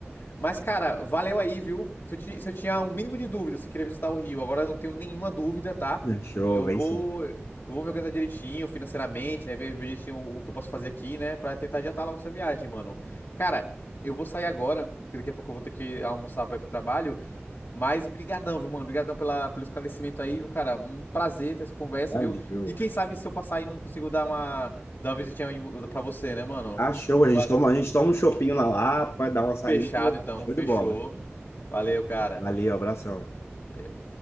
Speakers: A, on the left; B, on the left.
A: Mas, cara, valeu aí, viu? Se eu, ti- se eu tinha um mínimo de dúvida se eu queria visitar o Rio, agora eu não tenho nenhuma dúvida, tá?
B: show,
A: Eu
B: vem
A: vou,
B: sim.
A: eu vou me organizar direitinho, financeiramente, né, ver, ver direitinho o, o que eu posso fazer aqui, né, pra tentar adiantar logo essa viagem, mano. Cara, eu vou sair agora, porque daqui a pouco eu vou ter que almoçar pra ir pro trabalho. Mas brigadão, viu, mano? Brigadão pela, pelo esclarecimento aí, viu, cara? Um prazer ter essa conversa,
B: Valeu.
A: viu? E quem sabe se eu passar aí não consigo dar uma, dar uma visitinha em vo- pra você, né, mano?
B: Ah, show, a gente
A: Va-
B: toma, a gente toma um chopinho na Lapa, dá uma saída,
A: Fechado, então.
B: show
A: Fechou.
B: de bola.
A: Valeu, cara.
B: Valeu, abração.
A: Valeu.